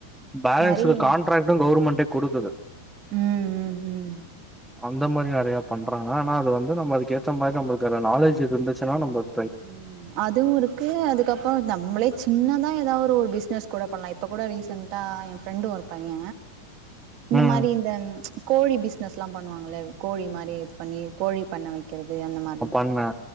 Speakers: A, in the centre; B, on the right.
A: பேலன்ஸ்ல
B: நெறைய
A: காண் ட்ராக்ட்டு கவர்மெண்டே குடுக்குது
B: ம் ம் ஹும்
A: அந்த மாரியு நறையா பண்றாங்க ஆனா அது வந்து நம்ம அதுக்கேத்த மாரி நம்பளுக்கு அத நாலேஜ் இருந்துச்சுனா நம்பது
B: ம் அதுவு இருக் க்கு அதுக்கப்றோ நம்மளே சின்னதா ஏதா ஒரு பிஸ்னஸ் கூட பண்லா இப்போ கூட ரீசண்டா ஏ ஃப்ரெண்டோ பைய இந்த
A: ம்
B: மாரி இந்த ம் கோழி பிஸ்னஸ்லா பண்ணுவாங்கள கோழி மாரி இது பண்ணி கோழி பண்ண வைக்கிறது அந்த மாரி
A: அண்ணா